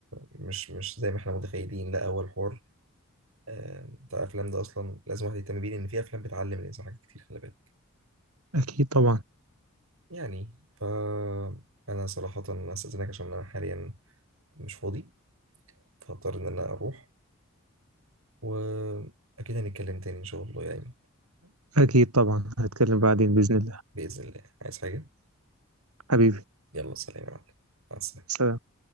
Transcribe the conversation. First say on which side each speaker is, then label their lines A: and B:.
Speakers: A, on the right (about 70°); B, on the right (about 85°).
A: مش مش زي ما إحنا متخيلين لا أول حوار آه، بتاع الأفلام ده أصلا لازم واحد يهتم بيه لأن في أفلام بتعلم الإنسان حاجات كتير خلي بالك
B: اكيد طبعا
A: يعني فأنا صراحة أستأذنك عشان أنا حاليا مش فاضي فهضطر إن أنا أروح وأكيد هنتكلم تاني إن شاء الله يا أيمن
B: اكيد طبعا هتكلم بعدين باذن الله
A: بإذن الله عايز حاجة؟
B: حبيبي
A: يلا سلام يا معلم مع السلامة
B: سلام